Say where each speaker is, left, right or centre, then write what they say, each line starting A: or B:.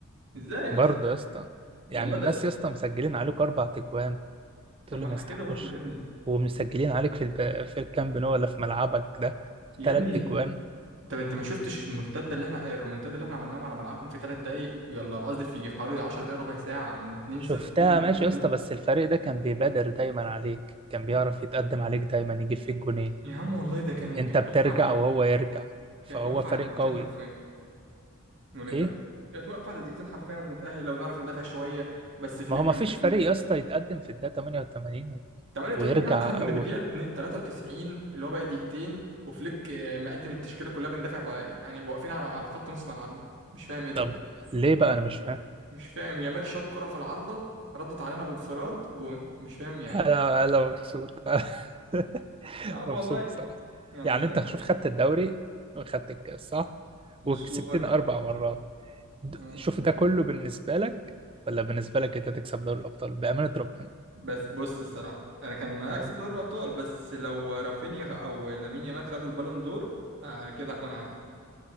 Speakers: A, on the right (about 55°); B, on the right (about 25°).
A: ازاي
B: برضه
A: بس
B: يا اسطى يعني
A: والله ده
B: الناس يا اسطى مسجلين عليكوا اربع تجوان تقول
A: طب ما
B: لي ما
A: احنا
B: يستحقوش
A: كده برضه يا ابني
B: ومسجلين عليك في الب... في الكامب نو ولا في ملعبك ده
A: يا
B: تلات
A: ابني
B: اجوان
A: طب انت ما شفتش المرتده اللي احنا الرومنتاد اللي احنا عملناهم على ملعبهم في ثلاث دقايق يلا قصدي في في حوالي 10 دقايق ربع ساعه من 2-0
B: شفتها
A: ليهم ل
B: ماشي
A: 3
B: يا اسطى بس الفريق ده كان بيبادر دايما عليك كان بيعرف يتقدم عليك دايما يجيب فيك جونين
A: يا عم والله ده كانوا
B: انت
A: كانت
B: بترجع
A: واقفة على دقيقتين
B: وهو يرجع فهو
A: كانت واقفة
B: فريق
A: على دقيقتين
B: قوي
A: حرفيا ونتأهل
B: ايه
A: كانت واقفة على دقيقتين حرفيا ونتأهل لو نعرف ندافع شوية بس فليك
B: ما هو
A: كان
B: ما فيش
A: مقدم
B: فريق يا اسطى يتقدم في الدقيقة 88
A: 88
B: ويرجع
A: يا عم ده احنا كنا
B: و...
A: في دقيقة 2 93 اللي هو بقى دقيقتين وفليك آه، مقدم التشكيلة كلها بندافع بقى يعني واقفين على على خط نص ملعبنا مش فاهم ايه ده
B: طب ليه بقى انا مش فاهم
A: مش فاهم يامال شاط كرة في العارضة ردت علينا بانفراد جون مش فاهم يعني
B: انا انا مبسوط <laughs>
A: يا عم
B: مبسوط
A: والله
B: بصراحة
A: انا
B: يعني
A: زعلت
B: انت شوف خدت الدوري وخدت الكاس صح وكسبتنا
A: والسوبر
B: اربع مرات د-
A: آه.
B: شوف ده كله بالنسبة لك ولا بالنسبة لك انت تكسب دوري الابطال بأمانة ربنا
A: بس بص الصراحة أنا كان أكسب
B: اه
A: دوري الأبطال بس لو رافينيا أو لامين يامال خدوا البالون دور آه كده هكون عادي